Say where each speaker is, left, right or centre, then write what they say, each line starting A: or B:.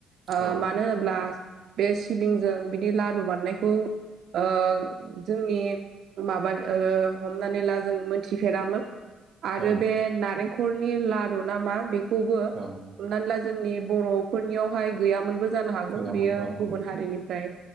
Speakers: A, on the right; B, on the right.
A: ओ
B: औ
A: मानो होनोब्ला बे सिबिंजों बिदि लारु बानायनायखौ ओ जोंनि माबा ओ हमनानै ला जों मोनथिफेरामोन। आरो
B: औ
A: बे नारेंखलनि लारु नामा बेखौबो
B: औ
A: हमनानै ला जोंनि बर'फोरनियाव हाय गैयामोनबो जानो हागौ
B: गैयामोन
A: बियो
B: औ
A: गुबुन
B: औ
A: हारिनिफ्राय